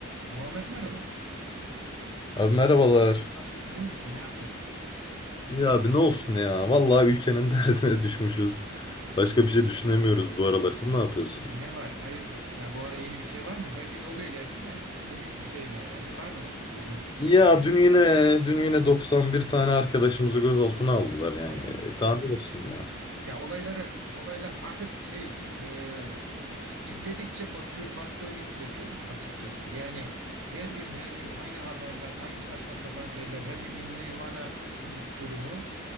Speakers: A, on the right; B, on the left.
A: Muhammed merhaba.
B: Abi merhabalar.
A: Nasılsın, iyi misin? Ne yapıyorsun?
B: Ya abi ne olsun ya. Vallahi ülkenin <laughs> dersine düşmüşüz. Başka bir şey düşünemiyoruz bu aralar. Sen
A: Hı.
B: ne yapıyorsun?
A: Ne var? Hayırdır? Ya bu ara yeni bir şey var mı? Her gün oluyor gerçi de. Bugünkü şey ne yani? Var mı bugünkü
B: Ya
A: haber?
B: dün yine dün yine 91 tane arkadaşımızı gözaltına aldılar yani.
A: Ya
B: E, Daha ne
A: yani-
B: olsun ya.
A: ya olayları olaylar artık şey e, izledikçe batıyor, battığımı hissediyorum açıkçası. Yani her gün her gün aynı haberler, aynı saçma sapan şeyler, her gün bir Nirvana m- durumu.